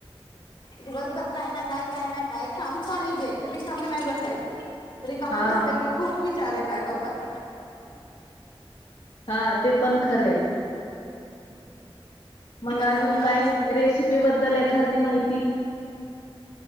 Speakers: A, on the left; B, on the left.
A: दिवसभर काय ना काय, काय ना काय काम पाहिजे, रिकामं नाही बस रिकाम
B: हा
A: बसलं की खूप विचार येताय डोकात.
B: हा, ते पण खरंय. मग
A: त्याच्यामुळं
B: अजून काय? रेसिपी बद्दल एखार्धि माहिती.